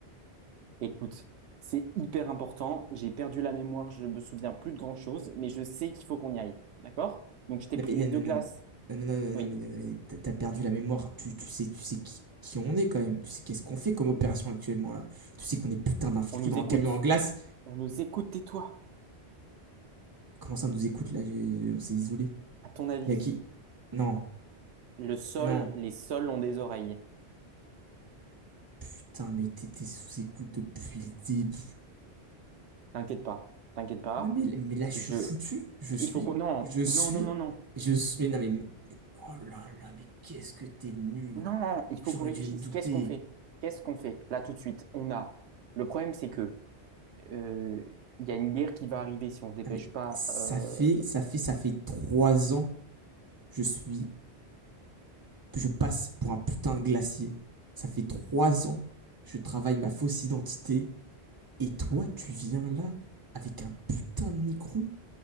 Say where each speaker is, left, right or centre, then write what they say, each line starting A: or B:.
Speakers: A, on the right; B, on the right.
A: Écoute, c'est hyper important. J'ai perdu la mémoire, je me souviens plus de grand-chose, mais je sais qu'il faut qu'on y aille. D'accord? Donc, je t'ai
B: Non
A: pris
B: mais non,
A: les
B: non,
A: deux glaces.
B: non, non, non, non, non,
A: Oui,
B: non, mais, non, mais t'as t'as perdu la mémoire. Tu, tu sais, tu sais qui, qui on est quand même. Tu sais qu'est-ce qu'on fait comme opération actuellement là. Tu sais qu'on est putain d'infiltrés
A: on nous
B: dans
A: écoute.
B: un camion en glace.
A: On nous écoute, tais-toi.
B: Comment ça on nous écoute là? J'ai- On s'est isolé.
A: À ton avis,
B: Y a qui? Non,
A: le sol,
B: non.
A: les sols ont des oreilles.
B: Putain, mais t'étais sous écoute depuis le début.
A: T'inquiète pas, t'inquiète pas.
B: Non mais, mais là je
A: Je,
B: suis foutu, je suis,
A: il faut qu'on, non,
B: je suis,
A: non, non, non, non,
B: je suis. Mais non mais, mais- oh là là, mais qu'est-ce que t'es nul.
A: non. Il faut
B: J'aurais
A: qu'on réfléchisse.
B: dû me douter.
A: Qu'est-ce qu'on fait? Qu'est-ce qu'on fait là tout de suite? On a. Le problème, c'est que euh, il y a une guerre qui va arriver si on se dépêche
B: Non mais
A: pas.
B: ça
A: Euh,
B: fait, ça fait, ça fait trois ans. que Je suis, que je passe pour un putain de glacier. Ça fait trois ans. que Je travaille ma fausse identité. Et toi, tu viens là avec un putain de micro